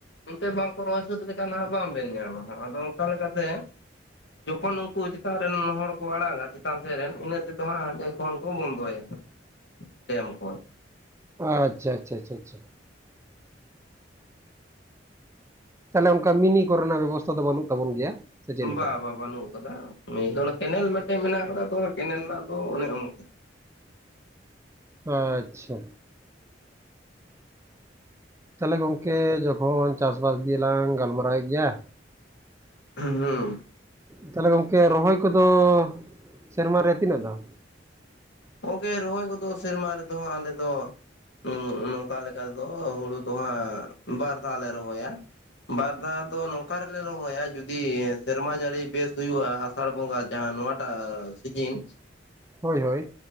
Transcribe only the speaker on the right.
ᱟᱪᱪᱷᱟ ᱪᱪᱪᱷᱟ ᱪᱷᱟ ᱪᱷᱟ ᱛᱟᱦᱚᱞᱮ ᱚᱱᱠᱟ ᱢᱤᱱᱤ ᱠᱚᱨᱮᱱᱟᱜ ᱵᱮᱵᱚᱥᱛᱷᱟ ᱫᱚ ᱵᱟᱹᱱᱩᱜ ᱛᱟᱵᱚᱱ ᱜᱮᱭᱟ? ᱥᱮ ᱪᱮᱫ ᱞᱮᱠᱟ?
ᱟᱪᱪᱷᱟ ᱛᱟᱦᱚᱞᱮ ᱜᱚᱝᱠᱮ ᱡᱚᱠᱷᱚᱱ ᱪᱟᱥ ᱵᱟᱟᱥ ᱫᱤᱭᱮᱞᱟᱝ ᱜᱟᱞᱢᱟᱨᱟᱣᱮᱫ ᱜᱮᱭᱟ᱾
ᱛᱟᱦᱟᱞᱮ ᱜᱚᱝᱠᱮ ᱨᱚᱦᱚᱭ ᱠᱚᱫᱚ ᱥᱮᱨᱢᱟ ᱨᱮ ᱛᱤᱱᱟᱹᱜ ᱫᱷᱟᱣ?
ᱦᱳᱭ ᱦᱳᱭ